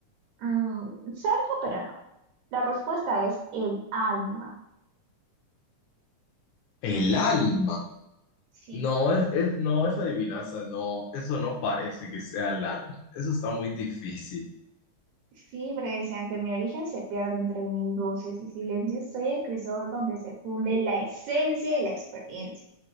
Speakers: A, on the right; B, on the left.
A: Mm, cerca, pero no. La respuesta es el alma.
B: el alma.
A: Sí,
B: No, es, es- no, esa adivinanza, no, eso no parece que sea el alma. Eso está muy difícil.
A: sí, porque decían que mi origen se pierde entre mil voces y silencios. Soy el crisol donde se funde la esencia y la experiencia,